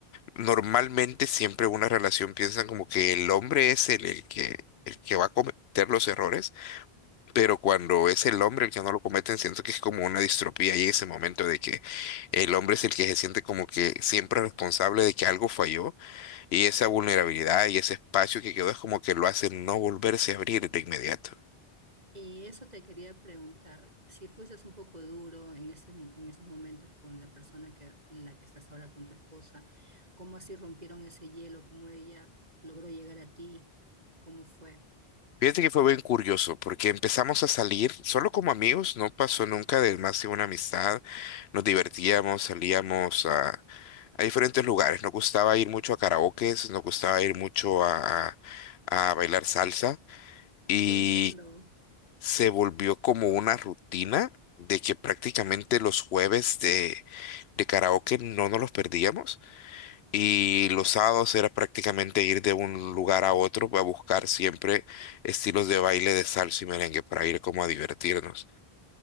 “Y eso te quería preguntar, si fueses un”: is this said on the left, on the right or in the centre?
Right